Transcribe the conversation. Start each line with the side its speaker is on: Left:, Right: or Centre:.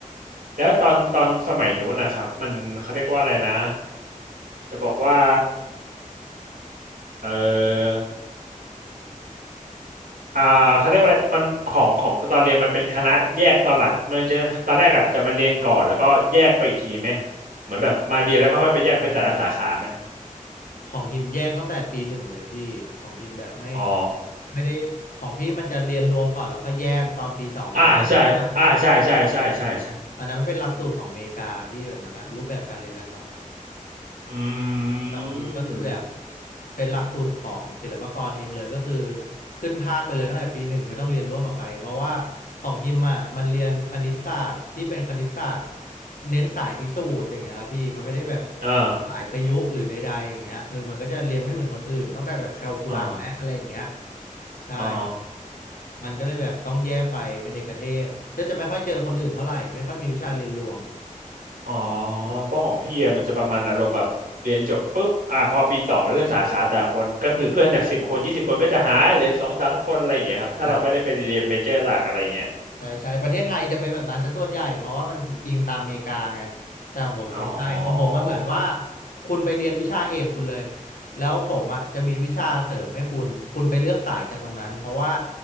Right: แล้วตอนตอนสมัยนู้นนะครับมันเขาเรียกว่าอะไรนะจะบอกว่าเออ อ่าเขาเรียกว่าอะไรมันของของตอนเรียนมันเป็นคณะแยกตอนหลังมันจะตอนแรกอ่ะจะมาเรียนก่อนแล้วก็แยกไปอีกทีไหมเหมือนแบบมาเรียนแล้วก็ค่อยไปแยกไปแต่ละสาขาไหม
Left: อ่าของฮิมแยกตั้งแต่ปีหนึ่งเลยพี่ของฮิมแบบไม่
Right: อ๋อ
Left: ไม่ได้ของพี่มันจะเรียนรวมก่อนแล้วค่อยแยกตอนปีสองอะไรว่า
Right: อ่าใช่อ่าใช่ใช่ใช่ใช่ใช่
Left: อันนั้นมันเป็นหลักสูตรของอเมริกาพี่แบบนั้นนะรูปแบบการเรียนการสอนนะ
Right: อืม
Left: แต่ของฮิมก็คือแบบเป็นหลักสูตรของศิลปากรเองเลยก็คือขึ้นภาคไปเลยตั้งแต่ปีหนึ่งไม่ต้องเรียนร่วมกับใครเพราะว่าของฮิมอ่ะมันเรียนคณิตศาสตร์ที่เป็นคณิตศาสตร์เน้นสายพิสูจน์อย่างเงี้ยครับพี่มันไม่ได้แบบ
Right: อ่า
Left: สายประยุกต์หรือใดๆอย่างเงี้ยเออมันก็จะเรียนไม่เหมือนคนอื่นนอกจากแบบแคลคูลัสและอะไรอย่างเงี้ย
Right: อ่า
Left: ใช่ครับ
Right: อ๋อ
Left: มันก็เลยแบบต้องแยกไปเป็นเอกเทศก็จะไม่ค่อยเจอคนอื่นเท่าไหร่ไม่ค่อยมีวิชาเรียนรวม
Right: อ๋อเพราะของพี่อะมันจะประมาณอารมณ์แบบเรียนจบปุ๊บอ่าพอปีสองเลือกสาขาต่างคนก็คือเพื่อนจากสิบคนยี่สิบคนก็จะหายเหลือสองสามคนอะไรอย่างเงี้ยครับถ้าเราไม่ได้ไปเรียนเมเจอร์หลักอะไรอย่างเงี้ย
Left: อ่าอ่า ใช่ใช่ประเทศไทยจะเป็นแบบนั้นซะส่วนใหญ่เพราะว่ามันอิงตามอเมริกาไงแต่ของผมมันไม่ใช่ของผมมันเหมือนว่า
Right: อ๋อ
Left: คุณไปเรียนวิชาเอกคุณเลยแล้วผมอ่ะจะมีวิชาเสริมให้คุณคุณไปเลือกสายจากตรงนั้นเพราะว่า